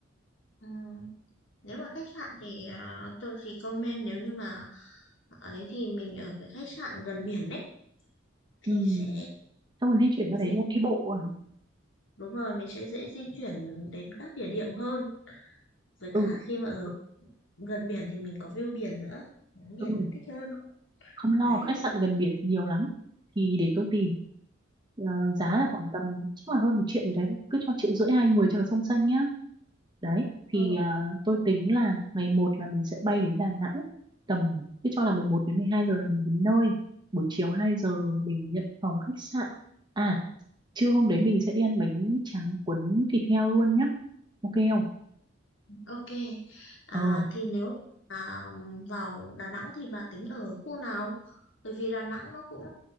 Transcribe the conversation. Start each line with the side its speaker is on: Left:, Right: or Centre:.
Left: Ừ. nếu mà khách sạn thì ờ, tôi thì comment nếu như mà ấy thì mình ở cái khách sạn gần biển ấy thì
Right: ừ,
Left: sẽ
Right: xong rồi di chuyển ra đấy
Left: mình
Right: luôn đi bộ à
Left: đúng rồi mình sẽ dễ di chuyển đến các địa điểm hơn với
Right: ừ
Left: cả khi mà ở gần biển thì mình có view biển nữa ngắm biển
Right: ừ
Left: thích hơn
Right: không lo
Left: đấy
Right: khách sạn gần biển thì nhiều lắm thì để tôi tìm Ờ,
Left: ừ.
Right: giá là khoảng tầm chắc là hơn một triệu rồi đấy cứ cho triệu rưỡi hai người cho là song xanh nhá đấy thì
Left: Ừ.
Right: à, tôi tính là ngày một là mình sẽ bay đến Đà Nẵng tầm cứ cho là 11 đến 12 giờ là mình đến nơi buổi chiều 2 giờ mình nhận phòng khách sạn à trưa hôm đấy mình sẽ đi ăn bánh tráng cuốn thịt heo luôn nhá ok không
Left: Ok, à,
Right: ờ
Left: thì nếu à, vào Đà Nẵng thì bà tính ở khu nào? Bởi vì Đà Nẵng nó cũng